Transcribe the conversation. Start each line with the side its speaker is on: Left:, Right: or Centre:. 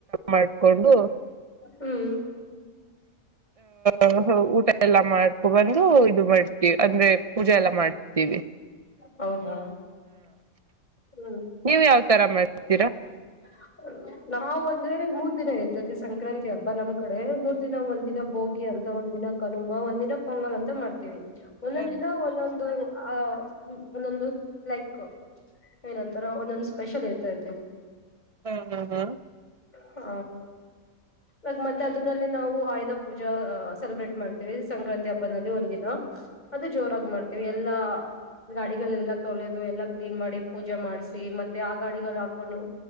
Right: ಮಾಡ್ಕೊಂಡು.
Left: ಹ್ಮ್
Right: ಆಹ ಊಟ ಎಲ್ಲ ಮಾಡ್ಕೊ ಬಂದು ಇದು ಮಾಡ್ತೀವಿ ಅಂದ್ರೆ ಪೂಜೆ ಎಲ್ಲ ಮಾಡ್ ಇವಿ.
Left: ಹೌದಾ ಹ್ಮ್.
Right: ನೀವು ಯಾವ್ ತರ ಮಾಡ್ತಿರಾ.
Left: <inaudible> ನಾವ್ ಅಂದ್ರೆ ಮೂರ್ ದಿನ ಇರ್ತತಿ ಸಂಕ್ರಾಂತಿ ಹಬ್ಬಾ ನಮ್ ಕಡೆ ಮೂರ್ ದಿನ ಒಂದಿನ ಬೋಗ್ ಗಿ ಅಂತ ಒಂದ ದಿನ ಕನುಮಾ ಒಂದ ದಿನ ಪೊಂಗಲ್ ಅಂತ ಮಾಡ್ತೀವಿ. ಒನಂದಿನ
Right: ಹಾ
Left: ಒಂದೊಂದು ಆ. ಹ್ಮ ಒಂದೊಂದು ಲೈಕ್ ಏನಂತರ ಒಂದೊಂದು ಸ್ಪೆಷಲ್ ಇರ್ತೈತಿ.
Right: ಹಾ ಹಾ ಹಾ
Left: ಹ್ಮ ಅ ಮತ್ತೆ ಅದಲ್ಲಿ ನಾವು ಆಯುಧ ಪೂಜಾ ಸೆಲೆಬ್ರೇಟ್ ಮಾಡ್ತೀವಿ ಸಂಕ್ರಾಂತಿ ಹಬ್ಬನಲ್ಲಿ ಒಂದ ದಿನ. ಅದು ಜೋರಾಗಿ ಮಾಡ್ತೇವಿ ಎಲ್ಲಾ. ಗಾಡಿಗಳೆಲ್ಲಾ ತೊಳೆದು ಎಲ್ಲಾ ಕ್ಲೀನ್ ಮಾಡಿ ಪೂಜೆ ಮಾಡ್ಸಿ ಮತ್ತೆ ಆ ಗಾಡಿ. ಹಕೊಂಡು